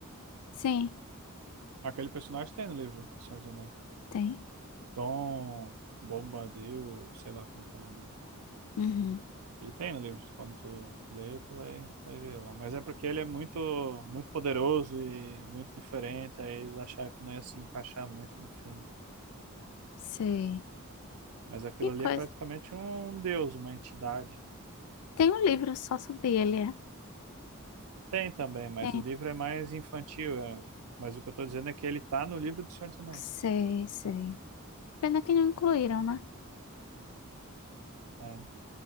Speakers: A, on the left (about 75°); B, on the right (about 80°).
A: Sim,
B: Aquele personagem tem no livro, Senhor dos Anéis.
A: tem.
B: Tom Bombadil, sei lá como é que é o nome dele.
A: Uhum.
B: Ele tem no livro, quando tu lê, tu vai, tu vai ver lá. Mas é porque ele é muito, muito poderoso e muito diferente, aí eles acharam que não ia se encaixar muito no filme.
A: Sei.
B: Mas aquilo
A: Que
B: ali
A: coisa.
B: é praticamente um deus, uma entidade.
A: Tem um livro só sobre ele, é?
B: Tem também, mas
A: Tem.
B: o livro é mais infantil. é. Mas o que eu estou dizendo é que ele tá no livro do Senhor dos Anéis.
A: Sei, sei. Pena que não incluíram, né?
B: É.